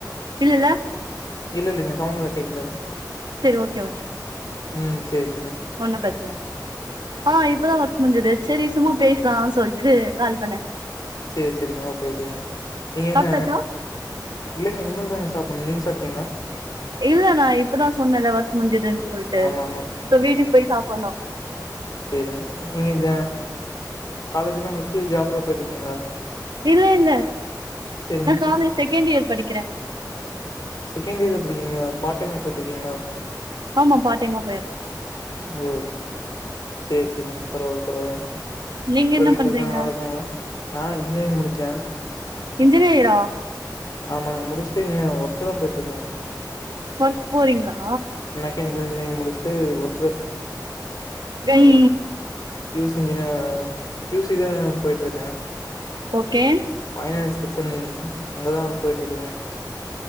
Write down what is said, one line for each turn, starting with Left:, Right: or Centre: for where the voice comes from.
Right: இல்லல்ல
Left: இல்ல இல்லங்க சவுண்டெல்லா கேக்ல
Right: செரி ஓகே ஓகே
Left: ம் சேரி
Right: ஒன்னு பிரச்சன ஆ இப்பதா ஒர்க் முஞ்சது செரி சும்மா பேஷ்லான் சொல்ட்டு கால் பண்ணே
Left: சேர் சேரிங்க ஓகே ஓகே நீங்க என்ன
Right: சாப்ட்டாச்சா
Left: இல்லங்க இனிமேல் தாங்க சாப்புணு நீங்க சாப்ட்டீங்ளா
Right: இல்ல நா இப்பதா சொன்னேல ஒர்க் முஞ்சதுன் சொல்ட்டு
Left: ஆமா
Right: சோ வீட்டுக்கு போய் சாப்புன்ணு
Left: சேரிங்க செரிங் நீங்கஜ காலேஜ்லா முடிச்சிட்டு ஜாப் தா பொயிட்ருக்கீங்ளா
Right: இல்ல இல்ல
Left: சரிங்க
Right: நா காலேஜ் செகண்ட் இயர் படிக்கிறே
Left: செகண்ட் இயரு படிக்கீறிங்ளா பார்ட் டைமா பொயிட்ருக்கீங்ளா
Right: ஆமா பார்ட் டைமா ப
Left: ஓ சேர் சேரிங்க பரவால பரவாலைங்க
Right: நீங்க
Left: அப்றோ
Right: என்ன
Left: வீட்ல
Right: பண்றீங்க
Left: இருக்கங் நல்லாருக்காங்ளா நா இன்ஜினியரிங் முடிச்சே
Right: இன்ஜினயரா
Left: ஆமாங்க முடிச்சிட்டு இங்க ஒர்க் தா பொயிட்ருக்கே
Right: ஒர்க் போறிங்ளா
Left: எனக்கு இஞ்சினியரிங் முடிச்சிட்டு ஒர்க்
Right: ஈ
Left: க்யூசி இஞ்ஜினியரா க்யூசி தா பொய்ட்ருக்கே
Right: ஓகே
Left: ஃபைனாஸ் பெக்க்ஷன் அங்கதா பொயிட்யிருக்குறே